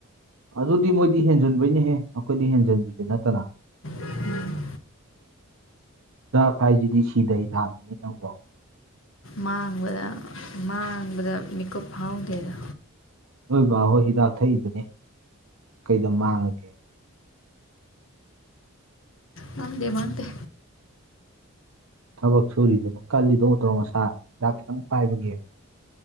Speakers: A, on the right; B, on the left.
A: ꯑꯗꯨꯗꯤ ꯃꯣꯏꯗꯤ ꯍꯦꯟꯖꯟꯕꯅꯦꯍꯦ ꯑꯩꯈꯣꯏꯗꯤ ꯍꯦꯟꯖꯟꯕꯤꯗꯨ ꯅꯠꯇꯅ
B: ꯎꯝ
A: ꯗꯥꯛ ꯍꯥꯏꯁꯤꯗꯤ ꯁꯤꯗ ꯍꯤ ꯊꯥꯡꯅꯤꯅꯦꯦ ꯅꯪ ꯂ
B: ꯃꯥꯡꯕꯗ ꯃꯥꯡꯕꯗ ꯃꯤꯀꯨꯞ ꯐꯥꯎꯗꯦꯗ
A: ꯅꯣꯏ ꯕꯥꯍꯣꯏ ꯍꯤꯗꯥꯛ ꯊꯛꯏꯗꯨꯅꯤ ꯀꯩꯗ ꯃꯥꯡꯉꯒꯦ
B: ꯅꯥꯟꯦ ꯗ
A: ꯊꯕꯛ ꯁꯨꯔꯤꯗꯨꯅ ꯀꯜꯂꯤꯗꯣ ꯑꯣꯠꯇ꯭ꯔꯣ ꯃꯁꯥ ꯍꯤꯗꯥꯛ ꯈꯤꯇꯪ ꯄꯥꯏꯕꯒꯦ